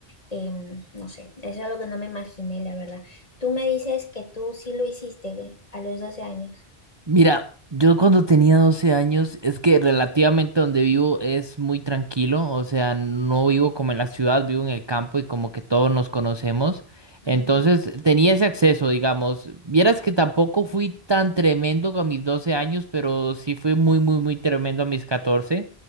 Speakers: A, on the left; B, on the right.
A: em, no sé, eso es algo que no me imaginé, la verdad. Tú me dices que tú sí lo hiciste a los doce años.
B: Mira, yo cuando tenía 12 años, es que relativamente donde vivo es muy tranquilo, o sea, no vivo como en la ciudad, vivo en el campo y como que todos nos conocemos.
A: Mm.
B: Entonces tenía ese acceso, digamos. Vieras que tampoco fui tan tremendo con mis 12 años, pero sí fui muy, muy, muy tremendo a mis 14.